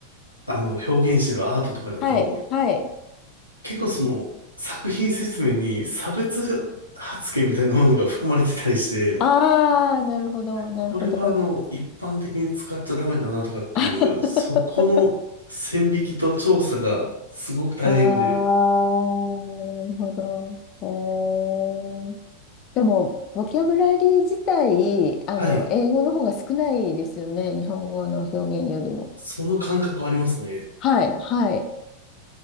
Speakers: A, on the right (about 90°); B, on the left (about 35°).
A: あの、表現してるアートとかだと、
B: はいはい。
A: 結構その、作品説明に差別発言みたいなものが含まれてたりして、
B: ああ、なるほどなるほど。
A: これはあの、一般的に使っちゃダメだなとかっていう、
B: <laughs>
A: そこの線引きと調査がすごく大変で、
B: ああ、なるほど。えー、でも、ボキャブラリー自体、あの、
A: はい、
B: 英語の方が少ないですよね。日本語の表現よりも。
A: その感覚はありますね。
B: はい、はい、